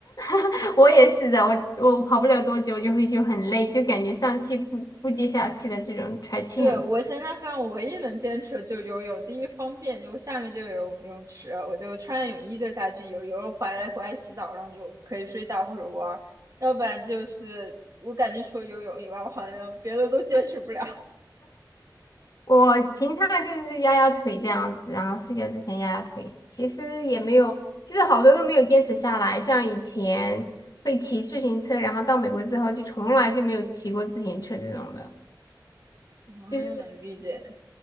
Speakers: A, on the left; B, on the right.
A: <laughs> 我也是的，我我跑不了多久就会就很累，就感觉上气不不接下气的这种喘气很。
B: 对，我现在发现我唯一能坚持的就是游泳，第一方便，我下面就有泳泳池，我就穿上泳衣就下去游，游了回来回来洗澡，然后就可以睡觉或者玩儿，要不然就是我感觉除了游泳以外，我好像别的都坚持不了。
A: 我平常就是压压腿这样子，然后睡觉之前压压腿，其实也没有，就是好多都没有坚持下来。像以前会骑自行车，然后到美国之后就从来就没有骑过自行车这种的。
B: <laughs> 嗯，
A: 就
B: 理解。